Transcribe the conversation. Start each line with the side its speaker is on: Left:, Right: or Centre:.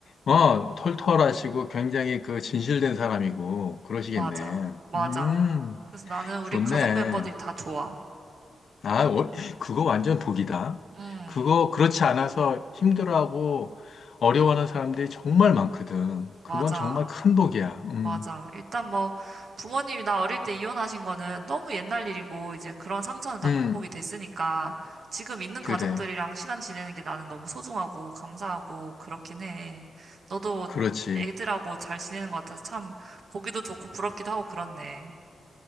Left: 어, 털털하시고 굉장히 그 진실된 사람이고, 그러시겠네.
Right: 맞아. 맞아.
Left: 음,
Right: 그래서 나는 우리
Left: 좋네.
Right: 가족 멤버들이 다 좋아.
Left: 아, 어, 그거 완전 복이다.
Right: 음,
Left: 그거 그렇지 않아서 힘들어하고 어려워하는 사람들이 정말 많거든.
Right: 맞아.
Left: 그건 정말 큰 복이야. 음,
Right: 맞아. 일단 뭐, 부모님이 나 어릴 때 이혼하신 거는 너무 옛날 일이고, 이제 그런 상처는 다
Left: 음,
Right: 극복이 됐으니까, 지금 있는
Left: 그래.
Right: 가족들이랑 시간 지내는 게 나는 너무 소중하고, 감사하고, 그렇긴 해. 너도
Left: 그렇지.
Right: 애들하고 잘 지내는 것 같아서 참, 보기도 좋고, 부럽기도 하고, 그렇네.